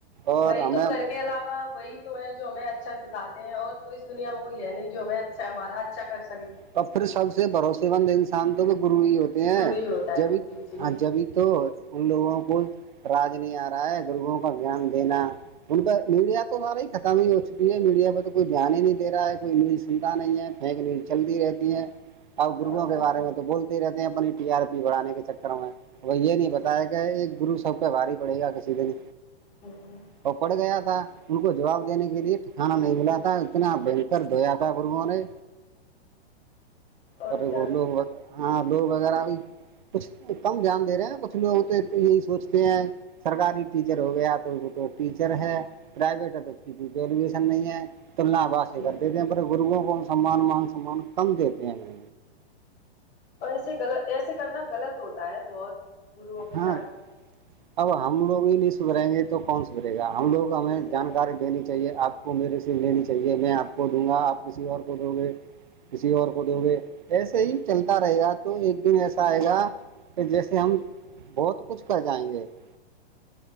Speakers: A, on the right; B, on the left.
A: اور
B: وہی
A: ہمیں
B: تو
A: اور
B: گھر کے علاوہ وہی تو ہے جو ہمیں اچھا سکھاتے ہیں اور تو اس دنیا میں کوئی ہے نہیں جو ہمیں اچھا ہمارا اچھا کر سکے
A: تو پھر سب سے بھروسے مند سانتوں میں گرو ہی ہوتے ہیں
B: گرو ہی ہوتا
A: جب
B: ہے جی جی
A: ہاں جبھی تو ان لوگوں کو راج نہیں آ رہا ہے گرگں کو جیان دینا ان پ میڈیا تو ہمارا ہی ختم ہی ہو چکی ہے میڈیا پہ تو کوئی دھیان ہی نہیں د رہا ہے کوئی نیوز <unintelligible> چندہ نہیں ہے پیک نیز چلتی رہتی ہیں اور گروں
B: ہاں
A: کے
B: ہاں
A: بارے میں تو بولتے رہتے ہیں اپنی ٹی آر پی بڑھانے کے چکر میں وہ یہ نہیں بتایا
B: جی
A: گ ایک گرو سب کاہ بھاری پڑے گا کسی دن
B: ہ <unintelligible>
A: اور پڑ گیا تھا ان کو جواب دینے کے لیے ٹھکانا نہیں ملا تھا اتنا بکر دھویا تھا گرگو نے
B: اور
A: پر
B: کیا
A: وہ لوگ ہاں لوگ وغیرہ بھی کچھ کم دھیان دے رہے ہیں کچھ لوگ تو یہی سوچتے ہیں سرکاری ٹیچر ہو گیا تو وہ تو ٹیچر ہے <unintelligible> پرائیویٹ ہے تو اس کی ت گریجویشن نہیں ہے <unintelligible> تلنا واسی
B: جی
A: کر دیتے ہیں پر گروگں کو سمان مان سمان کم دیتے ہیں <unintelligible>
B: تو ایسے غل ایسے کرنا غلط ہوتا ہے بہت گروؤں کے
A: ہاں
B: ساتھ <unintelligible>
A: اب ہم لوگ ہی نہیں سدریں گے تو کون سدھرے گا ہم لوگ ہمیں
B: جی جی
A: جانکاری دینی چاہیے آپ کو میرے سے لینی چاہیے میں آپ کو دوں گا آپ کسی اور کو دو گے کسی اور کو دو گے ایسے ہی چلتا رہے گا تو ایک دن ایسا آئے گا پ جیسے ہم بہت کچھ کر جائیں گے <unintelligible>